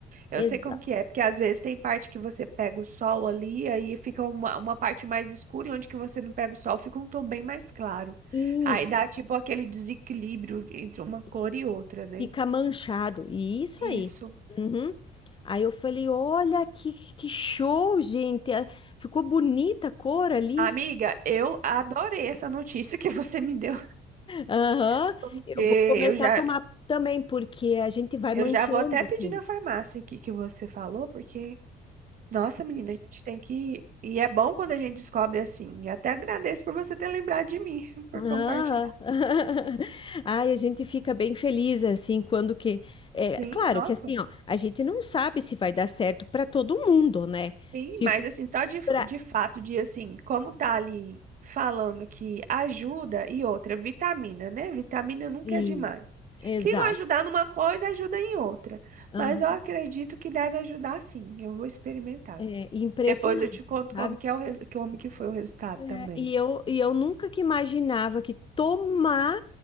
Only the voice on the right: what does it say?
Eu
sei como que é, porque às vezes tem parte que você pega o sol ali, aí fica uma, uma parte mais escura, e onde que você não pega o sol, fica um tom bem mais claro.
Aí dá tipo aquele desequilíbrio entre uma cor
e outra, né?
Isso.
Amiga, eu adorei essa notícia que você me deu,
<laughs> porque
eu
já,
eu
já vou até pedir
na farmácia aqui que você falou, porque, nossa, menina, a gente tem que. E é bom quando a gente descobre assim. E até agradeço por você ter lembrado de mim, <laughs> por
compartilhar.
Sim,
nossa.
Sim,
mas assim, só de,
de fato, de assim, como tá ali falando que ajuda e outra, vitamina, né? Vitamina nunca
é demais.
Se não ajudar numa coisa, ajuda em outra.
Mas eu acredito que deve ajudar sim. Eu vou experimentar.
Depois eu te conto
como que é o res- como que foi o resultado
também.